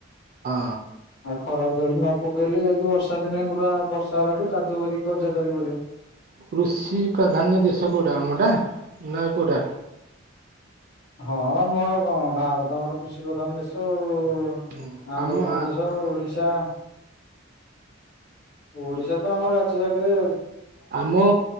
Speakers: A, on the right; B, on the left.
A: ହଁ
B: ଖରାଯାଇକି ନ ପକେଇଲେ ଯାଇକି ବର୍ଷାଦିନେ ପୁରା ବର୍ଷାହେଲାଠୁ କାଦୁ କରିକି ଗଜା ତାଳି ପଡିବ
A: କୃଷି ପ୍ରାଧାନ୍ୟ ଦେଶ କୋଉଟା ଆମଟା ନା ପୁରା
B: ହଁ ନୂଆ ଆଉ କଣ ଭାରତ ଆମର କୃଷି ପ୍ରଧାନ ଦେଶ। ଓ-ଆନ୍ଧ୍ରପ୍ରଦେଶ
A: ହୁଁ ଆମ ଆ
B: ଆଉ ଓଡିଶା ଓଡିଶା ତ ଆମ ରାଜ୍ୟ ଜାଗାରେ
A: ଆମ